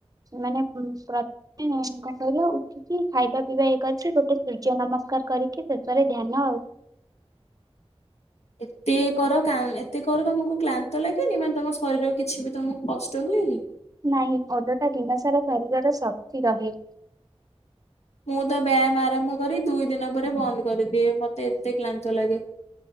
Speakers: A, on the right; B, on the left.
A: ମାନେ ପ୍ର ହୁଁ କଣ କହିଲ? କି ଖାଇବା ପିଇବା ଇଏ କରିକି ଗୋଟେ ସୂର୍ଯ୍ୟ ନମସ୍କାର କରିକି ଶେଷରେ ଧ୍ୟାନ ଆଉ।
B: ଏତେ କର କା ଏତେ କର ତମକୁ କ୍ଳାନ୍ତ ଲାଗେନି। ମାନେ ତମ ଶରୀର କିଛି ବି ତମକୁ କଷ୍ଟ ହୁଏନି?
A: ନାହିଁ ଓଲୋଟା ଦିନ ସାରା ଶରୀରର ଶକ୍ତି ରହେ।
B: ମୁଁ ତ ବ୍ୟାୟାମ ଆରମ୍ଭ କରି ଦୁଇ ଦିନ ପରେ ବନ୍ଦ କରିଦିଏ ମତେ ଏତେ କ୍ଳାନ୍ତ ଲାଗେ।